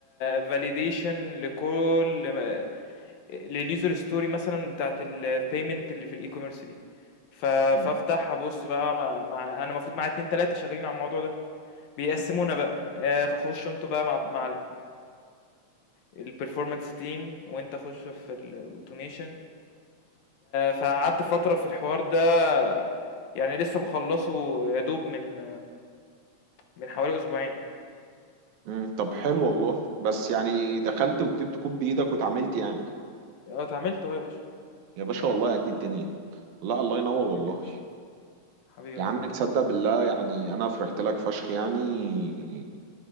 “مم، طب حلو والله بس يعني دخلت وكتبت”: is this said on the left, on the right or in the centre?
Right